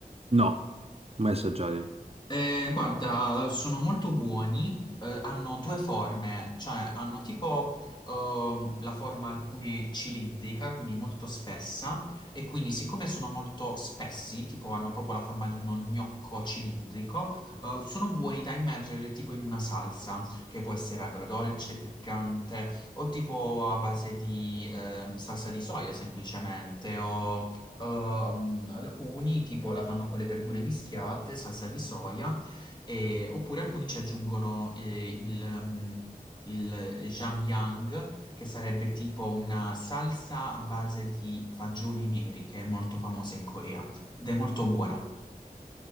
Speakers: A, on the right; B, on the left.
A: No, mai assaggiati.
B: Eh, guarda, sono molto buoni, eh, hanno due forme, cioè hanno tipo ehm, la forma alcune cilindrica, quindi molto spessa, e quindi siccome sono molto spessi, tipo hanno proprio la forma di uno gnocco cilindrico, eh, sono buoni da immergere tipo in una salsa, che può essere agrodolce, piccante, o tipo a base di ehm, salsa di soia semplicemente, Ehm, alcuni tipo la fanno con le verdure mischiate, salsa di soia, e- oppure alcuni ci aggiungono eh, il, ehm, il Jamyang, che sarebbe tipo una salsa a base di fagioli neri, che è molto famosa in Corea ed è molto buona.